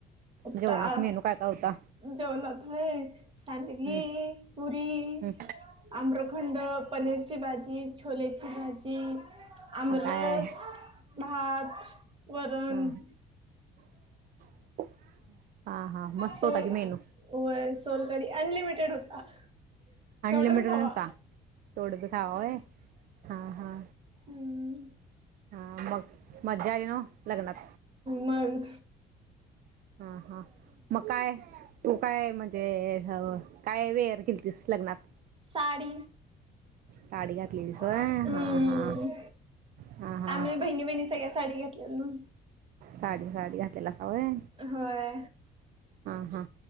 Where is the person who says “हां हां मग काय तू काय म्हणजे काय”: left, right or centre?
Right